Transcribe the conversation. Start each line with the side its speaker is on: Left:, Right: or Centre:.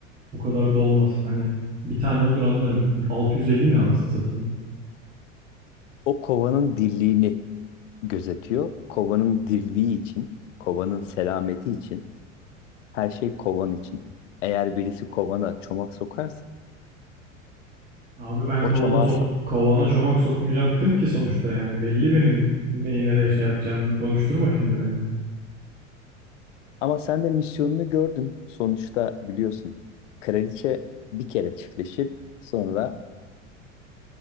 Right: bu kadar da olmaz. Hani bir tane olur anlarım. 650 ne anasını satayım.
Left: O kovanın dirliğini gözetiyor. Kovanın dirliği için, kovanın selameti için, her şey kovan için. Eğer birisi kovana çomak sokarsa
Right: Abi ben
Left: o
Right: kovana
Left: çomağı
Right: çok
Left: sa-
Right: kovana çomak sokmayacaktım ki sonuçta yani. Belli benim neyi nereye şey yapacağım. Konuşturma şimdi beni.
Left: ama sen de misyonunu gördün. Sonuçta biliyorsun. Kraliçe bir kere çiftleşir. Sonra